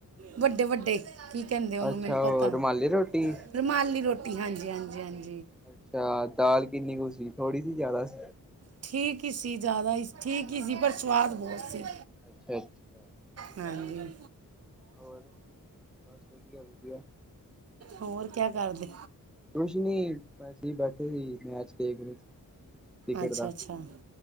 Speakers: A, on the right; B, in the centre.
A: ਵੱਡੇ-ਵੱਡੇ ਕੀ ਕਹਿੰਦੇ ਉਹਨੂੰ
B: ਅੱਛਾ
A: ਮੈਨੂੰ ਪਤਾ,
B: ਉਹ ਰੁਮਾਲੀ ਰੋਟੀ
A: ਰੁਮਾਲੀ ਰੋਟੀ। ਟੀ ਹਾਂਜੀ-ਹਾਂਜੀ-ਹਾਂਜੀ-ਹਾਂਜੀ।
B: ਅੱਛਾ ਦਾਲ ਕਿੰਨੀ ਕੁ ਸੀ? ਥੋੜੀ ਸੀ ਜਿਆਦਾ ਸੀ।
A: ਠੀਕ ਹੀ ਸੀ, ਜ਼ਿਆਦਾ ਹੀ ਠੀਕ ਹੀ ਸੀ, ਪਰ ਸਵਾਦ ਬਹੁਤ ਸੀ।
B: ਅੱਛਾ-ਅੱਛਾ।
A: ਹਾਂਜੀ।
B: ਹੋਰ ਬਸ ਵਧੀਆ, ਵਧੀਆ।
A: ਹੋਰ ਕਿਆ ਕਰਦੇ?
B: ਕੁਛ ਨੀ, ਅਸੀ ਬੈਠੇ ਸੀ ਮੈਚ ਦੇਖ ਰਹੇ ਸੀ। ਕ੍ਰਿਕਟ
A: ਅੱਛਾ-ਅੱਛਾ
B: ਦਾ